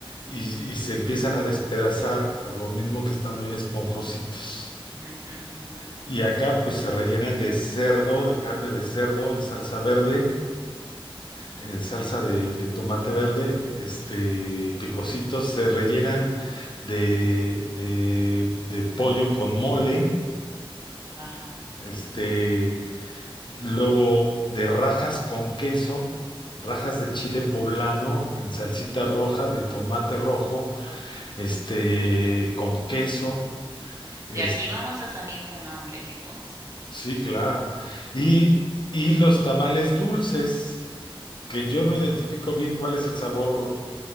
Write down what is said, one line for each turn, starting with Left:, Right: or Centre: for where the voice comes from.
Left: y, y se empiezan a despedazar, por lo mismo que están muy esponjositos.
Right: ujú, ujú.
Left: Y acá pues se rellenan de cerdo, de carne de cerdo en salsa verde en salsa de, de tomate verde, este, picositos, se rellenan de, de, de pollo con mole,
Right: Ajá, sí.
Left: este, luego de rajas con queso, rajas de chile poblano en salsita roja de tomate rojo, este, con queso, es,
Right: De aquí vamos a salir con hambre, que conste.
Left: sí, claro, y, y los tamales dulces. que yo no identifico bien cuál es el sabor